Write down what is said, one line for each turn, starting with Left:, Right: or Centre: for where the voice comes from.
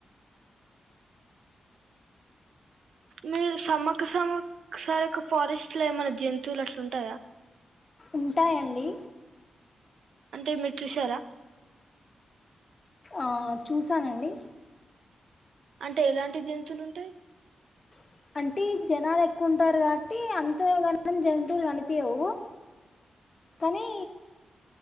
Right: మీరు సమ్మక్క సమ్మక్క సరక్క ఫారెస్ట్ లో ఏమన్నా జంతువులు అట్లుంటాయా
Left: ఉంటాయండి
Right: అంటే మీరు చూసారా
Left: ఆ చూసానండి
Right: అంటే ఎలాంటి జంతువులు ఉంటాయి
Left: బ అంటే జనాలు ఎక్కువ ఉంటారు కాబట్టి అంతగాన జంతువులు కనిపించవు కనీ